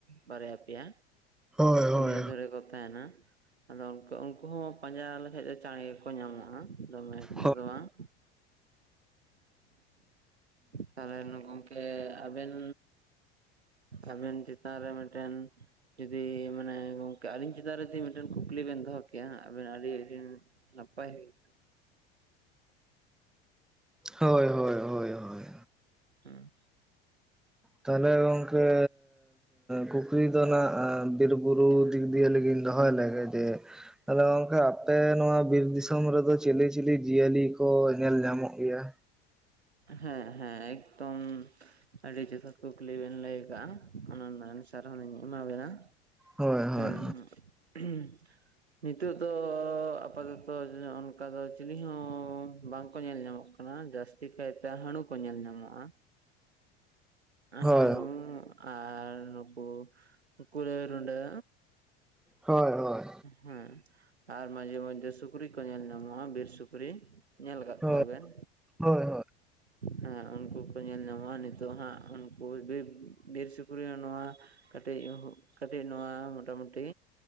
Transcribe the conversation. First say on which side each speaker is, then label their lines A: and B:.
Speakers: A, on the right (about 90°); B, in the centre.
A: ᱵᱟᱨᱭᱟ ᱯᱮᱭᱟ
B: ᱦᱳᱭ᱾ ᱦᱳᱭ ᱦᱳᱭ
A: ᱱᱤᱭᱟᱹ ᱫᱷᱚᱨᱮ ᱠᱚ ᱛᱟᱦᱮᱸᱱᱟ, ᱟᱫᱚ ᱩᱝᱠᱩ ᱩᱝᱠᱩ ᱦᱚᱸ ᱯᱟᱸᱡᱟ ᱞᱮᱠᱷᱟᱡ ᱫᱚ ᱪᱟᱬᱮ ᱜᱮᱠᱚ ᱧᱟᱢᱚᱜᱼᱟ᱾ ᱫᱚᱢᱮ ᱮᱠᱴᱟ
B: ᱦᱳᱭ
A: ᱫᱚ ᱵᱟᱝ᱾ ᱛᱟᱞᱦᱮ ᱱᱩ ᱜᱚᱢ ᱠᱮ ᱟᱵᱮᱱ, ᱟᱵᱮᱱ ᱪᱮᱛᱟᱱ ᱨᱮ ᱢᱤᱫᱴᱮᱱ ᱡᱩᱫᱤ ᱢᱟᱱᱮ ᱜᱚ ᱠᱮ ᱟᱹᱞᱤᱧ ᱪᱮᱛᱟᱱ ᱨᱮ ᱡᱤ ᱢᱤᱫᱴᱮᱱ ᱠᱩᱠᱞᱤ ᱵᱮᱱ ᱫᱚᱦᱚ ᱠᱮᱭᱟ ᱟᱵᱮᱱ ᱟᱹᱰᱤ ᱟᱹᱰᱤ ᱱᱟᱯᱟᱭ ᱦᱩᱭ ᱠᱚᱜᱼᱟ᱾
B: ᱦᱳᱭ ᱦᱳᱭ᱾ ᱦᱳᱭ ᱦᱳᱭ ᱦᱳᱭ
A: ᱦᱩᱸ᱾
B: ᱛᱟᱦᱞᱮ ᱜᱚᱝᱠᱮ ᱠᱩᱠᱞᱤ ᱫᱚ ᱱᱟᱸᱜ ᱵᱤᱨ ᱵᱩᱨᱩ ᱫᱤᱠᱜᱽ ᱫᱤᱭᱮ ᱞᱮᱜᱤᱧ ᱫᱚᱦᱚᱭ ᱞᱮᱜᱮ ᱡᱮ ᱟᱫᱚ ᱜᱚᱝᱠᱮ ᱟᱯᱮ ᱱᱚᱣᱟ ᱵᱤᱨ ᱫᱤ ᱥᱚᱢ ᱨᱮᱫᱚ ᱪᱤᱞᱤ ᱪᱤᱞᱤ ᱡᱤᱭᱟᱹᱞᱤ ᱠᱚ ᱧᱮᱞ ᱧᱟᱢᱚᱜ ᱜᱮᱭᱟ?
A: ᱦᱮᱸ ᱦᱮᱸ, ᱮᱠᱫᱚᱢ ᱟᱹᱰᱤ ᱡᱚᱛᱷᱟᱛ ᱠᱩᱠᱞᱤ ᱵᱮᱱ ᱞᱟᱹᱭ ᱠᱟᱜᱼᱟ᱾ ᱚᱱᱟ ᱨᱮᱱᱟᱜ ᱮᱱᱥᱟᱨ ᱦᱚᱸᱞᱤᱧ ᱮᱢᱟ ᱵᱤᱱᱟ᱾
B: ᱦᱳᱭ ᱦᱳᱭ
A: ᱦᱮᱸ᱾ <unintelligible> ᱱᱤᱛᱚᱜ ᱫᱚ ᱟᱯᱟᱛᱚᱛᱚ ᱡᱚ ᱚᱱᱠᱟ ᱫᱚ ᱪᱤᱞᱤ ᱦᱚᱸ ᱵᱟᱝᱠᱚ ᱧᱮᱞ ᱧᱟᱢᱚᱜ ᱚᱱᱟ ᱡᱟᱹᱥᱛᱤ ᱠᱟᱭᱛᱮ ᱦᱟᱺᱲᱩ ᱠᱚ ᱧᱮᱞ ᱧᱟᱢᱚᱜᱼᱟ᱾
B: ᱦᱳᱭ
A: ᱦᱟᱺᱲᱩ ᱟᱨ ᱱᱩᱠᱩ ᱠᱩᱞᱟᱹᱭ ᱨᱩᱰᱟᱹ᱾
B: ᱦᱳᱭ ᱦᱳᱭ᱾
A: ᱦᱮᱸ, ᱟᱨ ᱢᱟᱡᱷᱮ ᱢᱚᱫᱡᱷᱫᱮ ᱥᱩᱠᱨᱤ ᱠᱚ ᱧᱮᱞ ᱧᱟᱢᱚᱜᱼᱟ ᱵᱤᱨ ᱥᱩᱠᱨᱤ᱾ ᱧᱮᱞ ᱠᱟᱜ
B: ᱦᱳᱭ
A: ᱠᱚᱣᱟᱵᱮᱱ?
B: ᱦᱳᱭ ᱦᱳᱭ᱾
A: ᱦᱮᱸ ᱩᱱᱠᱩ ᱠᱩ ᱧᱮᱞ ᱧᱟᱢᱚᱜᱼᱟ ᱱᱤᱛᱚᱜ ᱦᱟᱸᱜ ᱩᱱᱠᱩ ᱵᱤᱨ, ᱵᱤᱨ ᱥᱩᱠᱨᱤ ᱦᱚᱸ ᱱᱚᱣᱟ ᱠᱟᱹᱴᱤᱡ ᱩᱦᱩ, ᱠᱟᱹᱴᱤᱡ ᱱᱚᱣᱟ ᱢᱳᱴᱟᱢᱩᱴᱤ